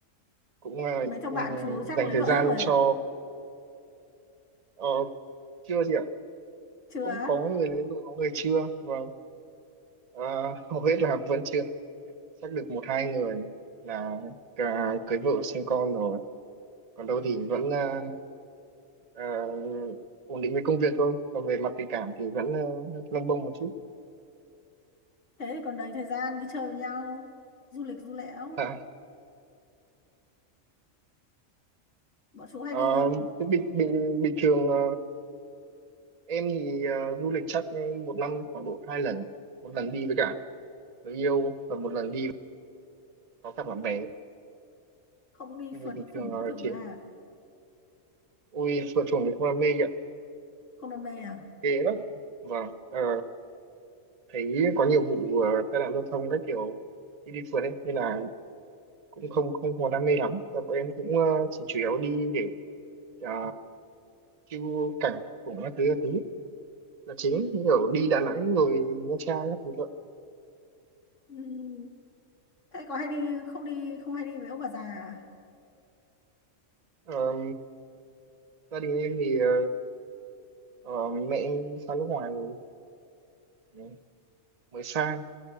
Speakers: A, on the right; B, on the left.
A: cũng à,
B: mấy thằng
A: ừ,
B: bạn chú chắc
A: dành
B: lấy
A: thời
B: vợ
A: gian
B: hết rồi
A: cho
B: à
A: ờ, chưa gì ạ
B: chưa
A: cũng
B: á?
A: có người lấy rồi có người chưa và à, <laughs> hầu hết là vẫn chưa chắc được một hai người là cả cưới vợ sinh con rồi còn đâu thì vẫn ờ, ờ, ổn định với công việc thôi còn về mặt tình cảm thì vẫn uh, lông bông một chút
B: thế thì còn đầy thời gian đi chơi với nhau du lịch du lẽo
A: à,
B: bọn chú hay
A: ờ,
B: đi không
A: thế bình bình bình thường ờ, em thì ờ, du lịch chắc một năm khoảng độ hai lần một lần đi với cả người yêu và một lần đi có cả bạn bè
B: không đi
A: Con người
B: phượt
A: bình
B: phủng
A: thường ờ,
B: các thứ
A: chỉ
B: à
A: ôi phượt chuồng thì không đam mê vậy
B: không đam mê à
A: ghê lắm và ờ, thấy có nhiều vụ ờ, tai nạn giao thông các kiểu khi đi phượt ấy nên là cũng không không có đam mê lắm và bọn em cũng ờ, chỉ chủ yếu đi để ờ, chiêu cảnh cùng các thứ các thứ là chính như kiểu đi Đà Nẵng rồi Nha Trang các thứ thôi
B: Ừm, thế có hay đi không đi không hay đi với ông bà già à
A: Ờ, gia đình em thì ờ, ờ, mẹ em sang nước ngoài rồi ờ, mới sang